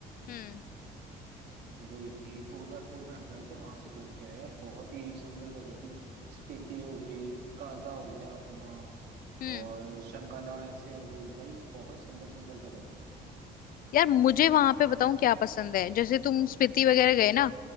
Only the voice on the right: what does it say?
तो वही फोर बाय फोर में हम गए थे वहां से घूम के आए यार बहुत ही सुंदर जगह थी स्पीति हो गई काजा हो गया अपना
और शंगला ऐसे हो गई भाई बहुत सुंदर सुंदर जगह थी